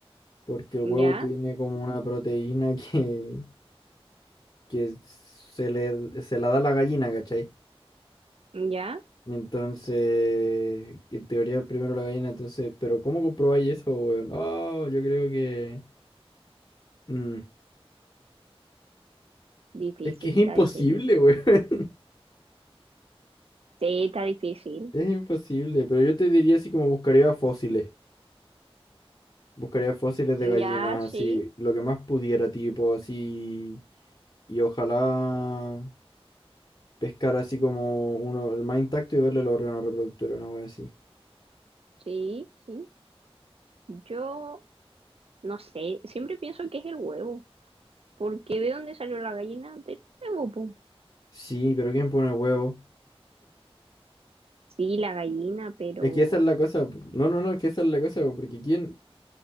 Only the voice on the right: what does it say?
¿Ya?
¿Ya?
Difícil,
está
difícil.
Sí, está difícil.
Ya, sí,
sí, sí. Yo no sé, siempre pienso que es el huevo, porque ¿de dónde salió la gallina? Del huevo, po.
Sí, la gallina, pero,